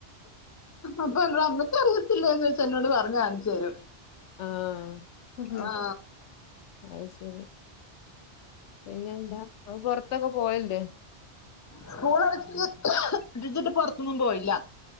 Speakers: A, on the left; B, on the left.
A: അതെ അമക്കറിയത്തില്ലന്ന് വെച്ച് എന്നോട് പറഞ് കാണിച്ച് തരും.
B: ആഹ്.
A: ആ
B: അത് ശരി പിന്നെന്താ ഇങ്ങള് പൊറത്തൊക്കെ പോവല്ല്ലേ
A: സ്കൂൾ അടച്ചിട്ട് പൊറത്തൊന്നും പോയില്ല.